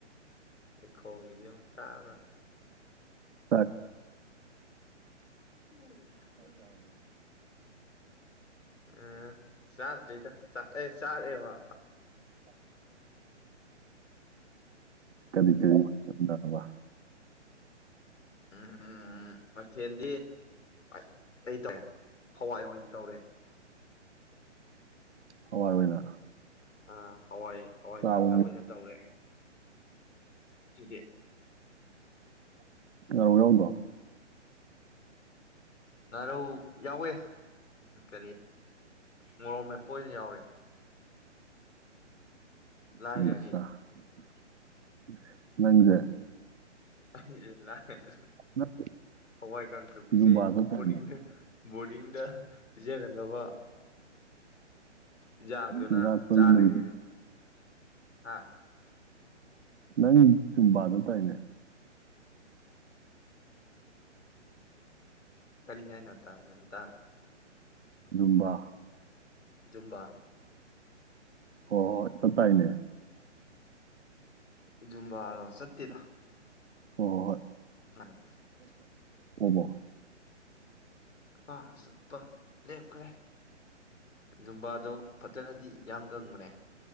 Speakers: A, on the left; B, on the right.
A: ꯈꯣꯡꯉꯤꯁꯦ ꯌꯦꯡꯉꯣ ꯇꯥꯕ
B: ꯁꯥꯠ
A: <unintelligible> ꯑ ꯆꯥꯗ꯭ꯔꯤꯗ ꯑꯦ ꯆꯥꯔꯦꯕ
B: ꯀꯔꯤ ꯀꯔꯤ ꯑꯦꯟꯁꯥꯡꯅꯣꯕꯥ
A: ꯎꯝ ꯎꯝ ꯎꯝ ꯃꯊꯦꯜꯗꯤ <unintelligible> ꯍꯋꯥꯏ ꯑꯣꯏꯅ ꯇꯧꯔꯦ
B: ꯍꯋꯥꯏ ꯑꯣꯏꯅ
A: ꯑ ꯍꯋꯥꯏ ꯍꯋꯥꯏ
B: ꯆꯥꯕ
A: ꯀꯥꯡꯇꯛ ꯑꯣꯏꯅ ꯇꯧꯔꯦ ꯁꯤꯗꯦ
B: ꯉꯥꯔꯧ ꯌꯥꯎꯗ꯭ꯔꯣ
A: ꯉꯥꯔꯧ ꯌꯥꯎꯋꯦ ꯀꯔꯤ ꯃꯔꯣꯛ ꯃꯦꯞꯄ ꯑꯣꯏꯅ ꯌꯥꯎꯔꯦ ꯂꯥꯏꯔꯔꯦ
B: <unintelligible> ꯅꯪꯖꯦ
A: ꯑꯩꯖꯦ ꯂꯥꯏꯔꯔꯦ
B: ꯅꯪ
A: ꯍꯋꯥꯏ ꯀꯥꯡꯇꯛ ꯄꯤꯖꯩ
B: ꯖꯨꯝꯕꯥ ꯆꯠꯇꯥꯏꯅꯦ
A: ꯕꯣꯔꯗꯤꯡꯗ ꯕꯣꯔꯗꯤꯡꯗ ꯄꯤꯖꯒꯗꯕ ꯏꯟꯁꯥꯡꯗꯨꯅ
B: ꯆꯤꯟꯖꯥꯛꯇꯣ
A: ꯆꯥ
B: ꯌꯨꯝꯗ
A: ꯂꯩꯔꯤꯅꯦ ꯍꯥ
B: ꯅꯪ ꯖꯨꯝꯕꯥ ꯆꯠꯇꯥꯏꯅꯦ
A: ꯀꯔꯤ ꯍꯥꯏꯅ ꯇꯥꯗꯣꯏꯅꯣ ꯇꯥꯗꯦ
B: ꯖꯨꯝꯕꯥ
A: ꯨꯖꯨꯝꯕꯥ
B: ꯍꯣꯏ ꯍꯣꯏ ꯆꯠꯇꯥꯏꯅꯦ
A: ꯖꯨꯝꯕꯥꯔꯣ ꯆꯠꯇꯦꯗ
B: ꯍꯣ ꯍꯣ ꯍꯣꯏ
A: <unintelligible>
B: ꯑꯣꯃꯣ
A: ꯑꯥ ꯆꯠꯄ ꯂꯦꯞꯈ꯭ꯔꯦ ꯖꯨꯝꯕꯥꯗꯣ ꯐꯖꯅꯗꯤ ꯌꯥꯝ ꯀꯪꯕꯅꯦ